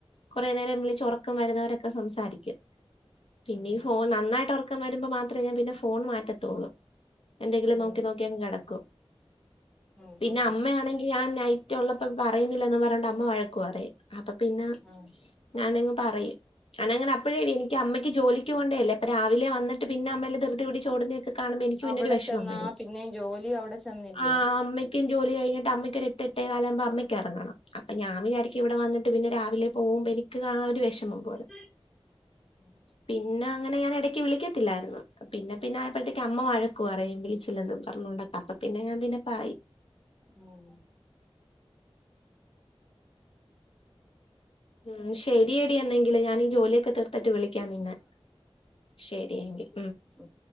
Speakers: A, on the left; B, in the centre.
A: കൊറേ നേരം വിളിച്ച് ഒറക്കം വരുന്നവരൊക്കെ സംസാരിക്കും. പിന്നെ
B: ഉം
A: ഈ ഫോൺ നന്നായിട്ട് ഉറക്കം വരുമ്പോ മാത്രമേ ഞാൻ പിന്നെ ഫോൺ മാറ്റത്തൊള്ളൂ എന്തെങ്കിലും
B: ഉം
A: നോക്കി നോക്കി അങ്ങ് കിടക്കും
B: ഉം
A: പിന്നെ അമ്മയാണെങ്കി ഞാൻ നൈ റ്റിള്ളപ്പോ പറയുന്നില്ലന്ന് പറഞ്ഞോണ്ട് അമ്മ വഴക്കു പറയും അപ്പൊ പിന്നെ
B: ഉം
A: ഞാനങ്ങ് പറയും ഞാനങ്ങനെ അപ്പോഴേടി എനിക്ക് അമ്മക്ക് ജോലിക്ക് പോവണ്ടേല്ലേ പ്പ രാവിലെ വന്നിട്ട് പിന്ന അമ്മല്ല ദൃതി പിടിച്ചോടുന്നയൊക്കെ കാണുമ്പോ എനിക്ക്
B: അവിടെ
A: പിന്നൊരു വിഷമം
B: ചെന്നാ
A: വരും
B: പിന്നെയും ജോലിയും അവിടെ ചെന്നില്ലേ
A: ആഹ് അമ്മ ക്കും ജോലി കഴിഞ്ഞിട്ട് അമ്മക്കൊരു എട്ട് എട്ടേകാലാമ്പോ അമ്മയ്ക്ക് എറങ്ങണം അപ്പൊ ഞാ വിചാരിക്കും ഇവിടെ വന്നി ട്ട് പിന്നെ രാവിലെ പോവുമ്പോ എനിക്ക് ആ രു വിഷമം പോലെ
B: <unintelligible>
A: പിന്നെ അങ്ങനെ ഞാൻ ഇടക്ക് വിളിക്കത്തില്ലായിരുന്നു പിന്നെ പിന്നെ ആയപ്പോഴത്തേക്ക് അമ്മ വഴക്കു പറയും വിളിച്ചില്ലെന്ന് പറഞ്ഞൊണ്ടാ അപ്പൊ പിന്നെ ഞാൻ പിന്നെ പറയും
B: ഉം
A: ഉം ശരിയെടി എന്നെങ്കില് ഞാനീ ജോലിയൊക്കെ തീർത്തിട്ട് വിളിക്ക നിന്നെ ശരിയെങ്കി
B: ഫും